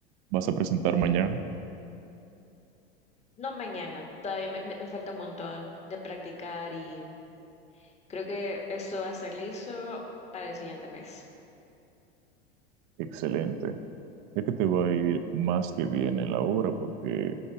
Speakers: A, on the right; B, on the left.
A: ¿vas a presentar mañana?
B: No mañana, todavía me, me- me falta un montón de practicar y creo que esto va a estar listo para el siguiente mes.
A: Excelente. Es que te va a ir más que bien en la obra porque